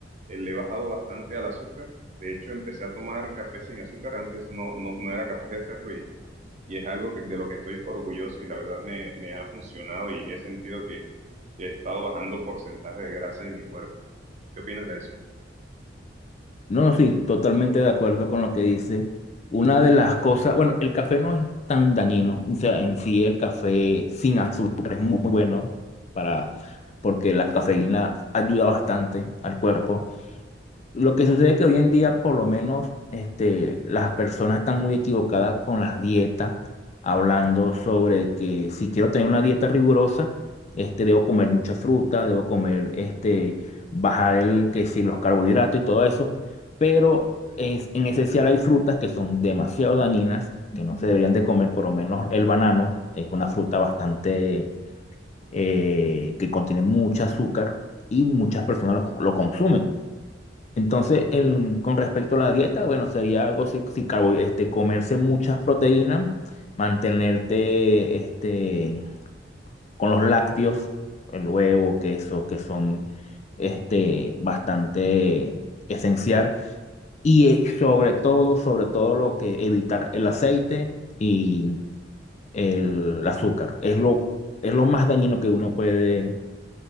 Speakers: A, on the right (about 40°); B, on the left (about 35°).
A: eh, le he bajado bastante al azúcar. De hecho, empecé a tomar café sin azúcar, antes no, no, no era capaz de hacerlo y, y es algo que- de lo que estoy orgulloso y la verdad me, me ha funcionado y he sentido que, que he estado bajando porcentaje de grasa en mi cuerpo. ¿Qué opinas de eso?
B: No, sí, totalmente de acuerdo con lo que dice. Una de las cosas, bueno, el café no es tan dañino, o sea, en sí el café sin azúcar es muy bueno para, porque la cafeína ayuda bastante al cuerpo. Lo que sucede es que hoy en día, por lo menos, este, las personas están muy equivocadas con las dietas, hablando sobre que si quiero tener una dieta rigurosa, este, debo comer mucha fruta, debo comer, este, bajar el, que si los carbohidratos y todo eso, pero es- en esencial hay frutas que son demasiado dañinas, que no se Ujú. deberían de comer, por lo menos el banano es una fruta bastante, eh, que contiene mucho azúcar y muchas personas lo lo consumen. Entonces, en- con respecto a la dieta, bueno, sería algo si, si carbo- este, comerse muchas proteínas, mantenerte este, con los lácteos, el huevo, queso, que son este, bastante esencial. Y eh, sobre todo, sobre todo lo que evitar el aceite y el azúcar. Es lo, es lo más dañino que uno puede,